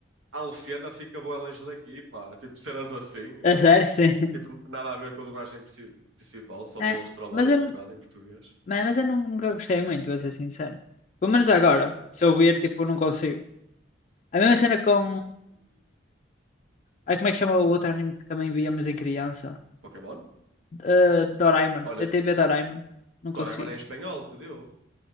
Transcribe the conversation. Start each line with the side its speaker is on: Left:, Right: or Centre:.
Right: a Alfena fica bué longe daqui, pá. Tipo cenas assim.
Left: A sério, sim.
Right: Tipo, nada a ver com a dublagem princi- principal, só
Left: É,
Right: para eles trollarem
Left: mas eu,
Right: um
Left: não-
Right: bocado em português.
Left: é, mas eu nun- nunca gostei muito, vou ser sincero. Pelo menos agora, se eu ver, tipo, não consigo. A mesma cena com. Ai, como é que chama o outro anime que também víamos em criança?
Right: Pokémon?
Left: Eh, Doraemon.
Right: Olha,
Left: DTV Doraemon. Não consegui.
Right: Doraemon é em espanhol que deu,